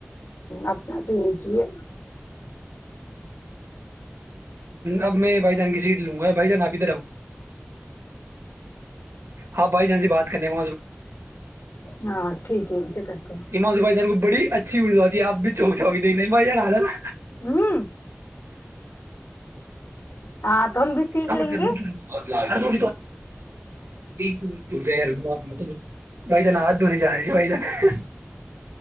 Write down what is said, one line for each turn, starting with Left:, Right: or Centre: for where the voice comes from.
Left: اپنے تو یہ کہ یہ
Right: اب میں بھائی جان کی سیٹ لوں گا بھائی جان آپ ادھر آؤ ہاں، بھائی جان سے بات کرنی ہے نا۔
Left: ہاں ٹھیک ہے ان سے کرتے ہیں
Right: امان صو بھائی جان کو بڑی اچھی اردو آتی ہے آپ بھی چوک چاک دیکھ بھائی جان آ تھا نا
Left: ہوں ہاں تو ہم بھی سیکھ
Right: گمت
Left: لیں گے
Right: م اور تو <unintelligible> بھائی جان، آددھونے جا رہے بھائی جن ہیں؟ ہان